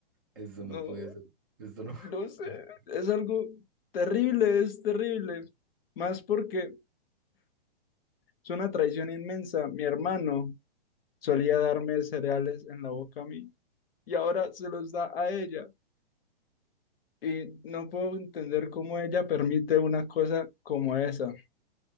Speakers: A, on the right (about 20°); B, on the left (about 65°).
A: Eso
B: No.
A: no puede ser. Esto no.
B: No sé,
A: <laughs>
B: es algo terrible, es terrible. Más porque es una traición inmensa. Mi hermano solía darme cereales en la boca a mí y ahora se los da a ella. Y no puedo entender cómo ella permite una cosa como esa.